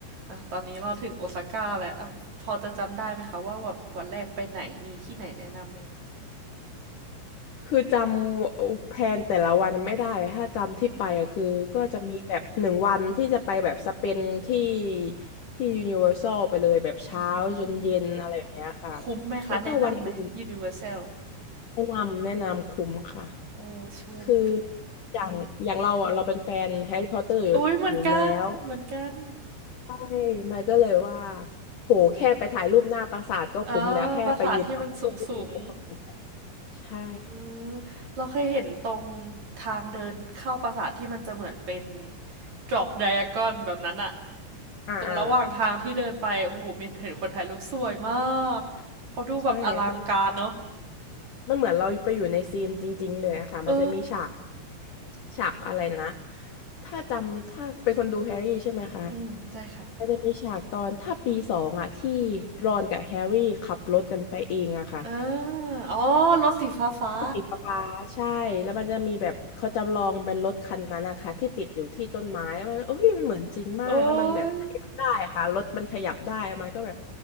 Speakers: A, on the right (about 40°); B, on the left (about 65°).
A: อ่ะตอนนี้เราถึงโอซาก้าแล้วอ่ะพอจะจำได้ไหมคะว่าแบบวันแรกไปไหนมีที่ไหนแนะนำไหม
B: คือจำแพลนแต่ละวันไม่ได้ ถ้าจำที่ไปอะคือก็จะมีแบบหนึ่งวันที่จะไปแบบสเปนที่
A: อืม
B: ที่ยูนิเวอร์แซลไปเลยแบบเช้าจนเย็นอะไรแบบเนี้ยค่ะ
A: อืม คุ้มไหมคะแนะนำไหม
B: แล้วก็วันอื่น
A: Universal
B: แนะนำแนะนำคุ้มค่ะ
A: โอ้ ชุ้ม
B: คืออย่างอย่างเราอะเราเป็นแฟนแฮร์รี่พอตเตอร์อยู่อยู่แล้ว
A: โอ้ย เหมือนกัน เหมือนกัน
B: ใช่มันก็เลยว่าโหแค่ไปถ่ายรูปหน้าปราสาทก็คุ้มแล้วแค่ไปยืนรอก็คุ้ม
A: อ่าปราสาทที่มันสูงสูง
B: แล้วใช่
A: เออเราเคยเห็นตรงทางเดินเข้าปราสาทที่มันจะเหมือนเป็นจอกไดอะกอนแบบนั้นอะ
B: อ่าอ่า
A: ตรงระหว่างทางที่เดินไปโอ้โหมีนเห็นคนถ่ายรูปสวยมากเขาดูแบบอลังการเนาะ
B: ใช่แล้วมัน มันเหมือนเราไปอยู่ในซีนจริงๆเลยอะค่ะ
A: เออ
B: มันจะมีฉากฉากอะไรนะถ้าจำถ้าเป็นคนดูแฮร์รี่ใช่ไหมคะ
A: อืมใช่ค่ะ
B: มันจะมีฉากตอนถ้าปีสองอะที่รอนกับแฮร์รี่ขับรถกันไปเองอะค่ะ
A: เอออ๋อรถสีฟ้าฟ้า
B: สีฟ้าๆใช่ แล้วมันจะมีแบบเขาจำลองเป็นรถคันนั้นนะคะที่ติดอยู่ที่ต้นไม้แล้วมันโอ้ยมันเหมือนจริงมากแล้วมันแบบขยับได้อะค่ะรถมันขยับได้แล้วมันก็แบบ
A: โอ้ย